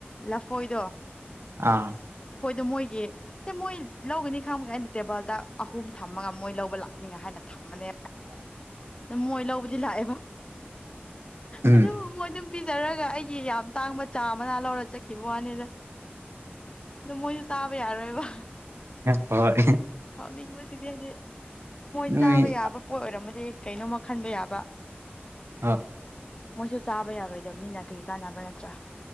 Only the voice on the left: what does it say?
ꯂꯐꯣꯏꯗꯣ
ꯑꯗꯨ ꯃꯣꯏꯒꯤ ꯁ ꯃꯣꯏ ꯂꯧꯒꯅꯤ ꯈꯪꯕꯒ ꯑꯩꯅ ꯇꯦꯕꯜꯗ ꯑꯍꯨꯝ ꯊꯝꯃꯒ ꯃꯣꯏ ꯂꯧꯕ ꯂꯥꯛꯅꯤꯉ ꯍꯥꯏꯅ ꯊ ꯃꯅꯤ
ꯑ ꯃꯣꯏ ꯂꯧꯕꯗꯤ ꯂꯥꯛꯑꯦꯕ
ꯑꯗꯨ ꯃꯣꯏ ꯑꯗꯨꯝ ꯄꯤꯖꯔꯒ ꯑꯩꯒꯤ ꯌꯥꯝ ꯇꯥꯡꯕ ꯆꯥ ꯑꯃꯅ ꯂꯧꯔ ꯆꯠꯈꯤꯕ ꯋꯥꯅꯤꯗ ꯑ ꯃꯣꯏꯁꯨ ꯆꯥꯕ ꯌꯥꯔꯣꯏꯕ
ꯍꯥꯎꯅꯤ ꯃꯁꯤꯗꯗꯦ ꯃꯣꯏ
ꯆꯥꯕ ꯌꯥꯕ ꯄꯣꯠ ꯑꯣꯏꯔꯝꯃꯗꯤ ꯀꯩꯅꯣꯝꯃ ꯈꯟꯕ ꯌꯥꯕ
ꯃꯣꯏꯁꯨ ꯆꯥꯕ ꯌꯥꯔꯣꯏꯗꯕꯅꯤꯅ ꯀꯔꯤ ꯀꯥꯟꯅꯕ꯭ꯔꯥ ꯅꯠꯇ꯭ꯔꯥ